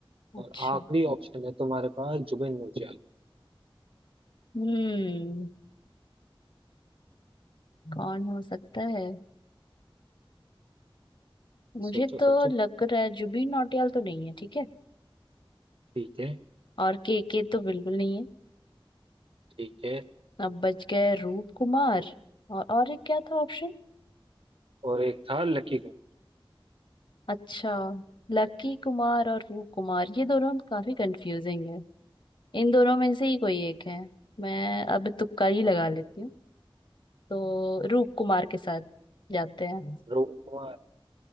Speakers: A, on the left (about 60°); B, on the right (about 75°).
A: अच्छा
B: और आखिरी ऑप्शन है तुम्हारे पास जुबिन नौटियाल
A: हम्म कौन हो सकता है मुझे
B: सोचो
A: तो
B: सोचो
A: लग रहा है जुबिन नौटियाल तो नहीं है ठीक है
B: ठीक है
A: और के के तो बिल्कुल नहीं है
B: ठीक है
A: अब बच गए रूप कुमार और और एक क्या था ऑप्शन
B: और एक था लकी कुमार
A: अच्छा लकी कुमार और रूप कुमार ये दोनों काफी कंफ्यूजिंग है इन दोनों में से ही कोई एक है मैं अब तुक्का ही लगा लेती हूँ तो रूप कुमार के साथ जाते हैं
B: रूप कुमार